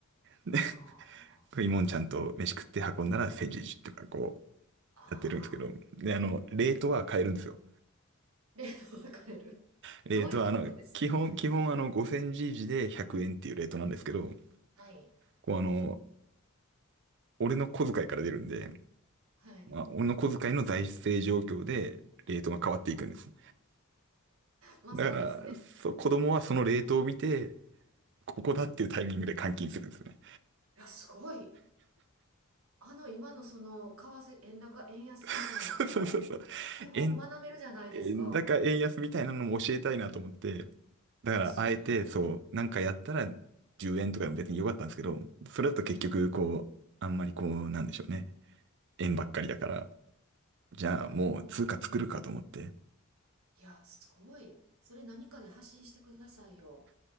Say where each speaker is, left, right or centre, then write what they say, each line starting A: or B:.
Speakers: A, on the right; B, on the right.
A: で、
B: あ
A: 食いもんちゃんと飯食って運んだら千じいじとかこう、
B: あ、ああ、
A: やってるんですけど、で、あの、レートは変えるんですよ。
B: 例の分かる。
A: レートは、
B: どういうことですか
A: あの、基本、基本あの、5000じいじで100円っていうレートなんですけど、
B: はい。
A: こうあの、俺の小遣いから出るんで、
B: はい。
A: まあ、俺の小遣いの財政状況で、レートが変わっていくんです。
B: まあそうですね。
A: だから、そう、子供はそのレートを見て、ここだっていうタイミングで換金するんですよね。
B: いや、すごい。あの、今のその、為替、円高、円安みたいなのも、
A: <laughs> そうそうそうそう。
B: 基本学べるじゃないですか。
A: 円、円高、円安みたいなのも教えたいなと思って、だから、
B: すごい。
A: あえて、そう、なんかやったら10円とかでも別に良かったんですけど、それだと結局、
B: はい。
A: こう、あんまりこう、なんでしょうね。円ばっかりだから、じゃあもう通貨作るかと思って。
B: うん。いや、すごい。それ何かで発信してくださいよ。